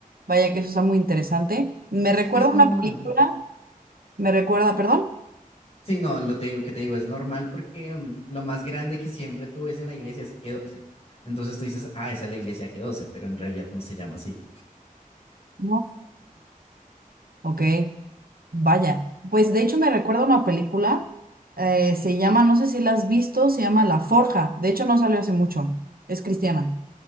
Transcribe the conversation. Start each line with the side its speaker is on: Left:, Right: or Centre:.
Right: Vaya que eso está muy interesante. Me
Left: Es,
Right: recuerda
Left: es
Right: a
Left: normal.
Right: una película, me recuerda, perdón.
Left: Sí, no, lo te digo que te digo, es normal porque mm, lo más grande que siempre tú ves en la iglesia es g doce Entonces tú dices, ah, esa es la iglesia g doce pero en realidad no se llama así.
Right: No. Ok, vaya. Pues de hecho me recuerda a una película, eh, se llama, no sé si la has visto, se llama La Forja. De hecho no salió hace mucho, es cristiana.